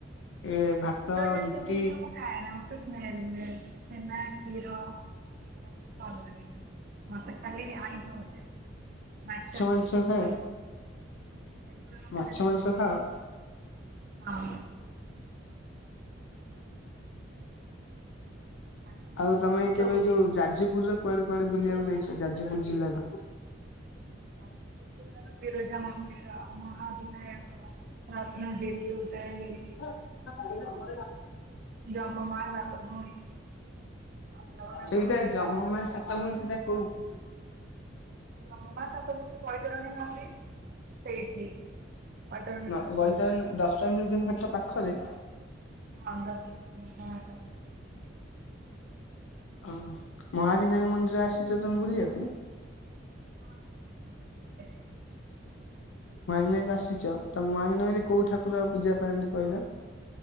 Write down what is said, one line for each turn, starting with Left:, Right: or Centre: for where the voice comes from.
Left: ଏ ଭାତ
Right: କ୍ଷୀର ଯେତେ
Left: ରୁଟି
Right: ଜିନିଷ ମୁଁ ଖାଏ ନା ମୋତେ ସ୍ମେଲ ହୁଏ ଛେନା କ୍ଷୀର। <unintelligible> ମତେ କାଲି ଆଇଁଷ ଭଲ ଲାଗେ। ମାଛ
Left: ମାଂସ
Right: ଚିକେନ
Left: ଖାଏ
Right: <unintelligible> ସେଗୁରା ମତେ
Left: ମାଛ
Right: ବେଶୀ
Left: ମାଂସ
Right: ଭଲ ଲାଗେ
Left: ଖାଅ
Right: ହଁ। ମାଛ ମାଂସ
Left: ଆଉ ତମେ
Right: ମୋର
Left: କେବେ
Right: ସବୁଠୁ
Left: ଯୋଉ
Right: ପ୍ରିୟ।
Left: ଯାଜପୁର ର କୁଆଡେ କୁଆଡେ ବୁଲିବାକୁ ଯାଇଛ ଯାଜପୁର ଜିଲ୍ଲାର?
Right: ଯାଯପୁର ଜିଲ୍ଲାର ବିରଜା ମନ୍ଦିର ମହା ବିନାୟକ। ରତ୍ନଗିରି ଉଦୟଗିରି।
Left: <unintelligible>
Right: ଆଉ ଯମମା ସାତ ଭଉଣୀ ଆଉ ଜଗନ୍ନାଥ
Left: ସେଇଟା
Right: ମନ୍ଦିର
Left: ଜମ ମା ସାତ ଭଉଣୀ ସେଟା କୋଉଠି?
Right: ବ୍ରହ୍ମମା ସତ ଭଉଣି ବୈତରଣୀ ନଦୀ ସେଇଠି। ବୈତରଣୀ
Left: ନାଁ
Right: ନଦୀ କୂଳରେ
Left: ବୈତରଣୀ ନ ଦଶ ମ୍ୟୁଜିୟମ ଘାଟ ପାଖରେ?
Right: ହଁ <unintelligible>
Left: ହଁ ମହାବିନାୟକ ମନ୍ଦିର ଆସିଛ ତମେ ବୁଲିବାକୁ?
Right: <unintelligible>
Left: ମହାବିନାୟକ ଆସିଛ ତ ମହାବିନୟରେ କୋଉ ଠାକୁର ପୂଜା ପାଆନ୍ତି କହିଲ?